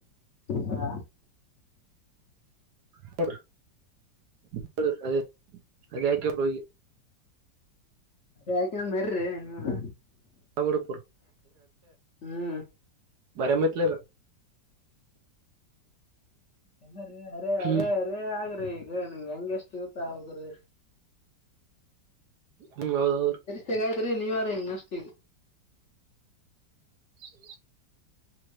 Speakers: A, on the left (about 50°); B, on the right (about 70°).
A: ಹಾ ಹ
B: ಹೋಡಿ ಹಡ ಅದೇ ಅದೇ ಯಾಕೆಬ್್ರ ಹಿ
A: ಅದ ಯಾಕಂದ ಮರಿ್ರಿ ನೀವಲ್ಲ
B: ಬಿಡಪುರ್
A: ಹ್ಮ್
B: ಬರ ಮತ್ಲೆ
A: ಎಾರೀ ಅರೆೇ
B: ಹ್ಮ್
A: ಅರೆೇ ಅರೆೇ ಆಗಿರಿ ಈಗ ನೀ ಹೆಂಗೆ ಎಷ್ಟು ಇತ ಆಗರು
B: ಹ್ಮ್ ಹೌದೌದ್ರಿ
A: ಸೆಗಯ್ತ್ರಿ ನೀವಾರ ಮಷ್ಟ
B: <inaudible>